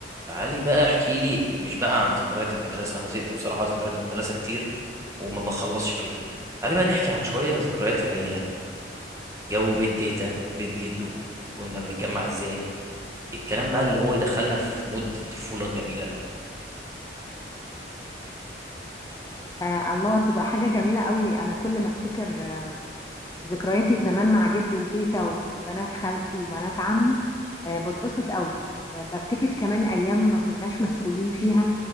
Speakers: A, on the right; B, on the left.
A: تعالي بقى احكي لي مش بقى عن ذكريات المدرسة أنا زهقت بصراحة ذكريات المدرسة كتير وما بخلصش فيها تعالي بقى نحكي عن شوية ذكريات العيلة جو بيت تيتا بيت جدو كنا بنتجمع ازاي الكلام بقى اللي هو يدخلنا في مود الطفولة الجميلة ده
B: آه الله تبقى حاجة جميلة قوي أنا كل ما أفتكر آه، ذكرياتي زمان مع جد وتيتا وبنات خالتي وبنات عمي آه بتبسط قوي آه بفتكر كمان أيام ما كناش مسؤولين فيها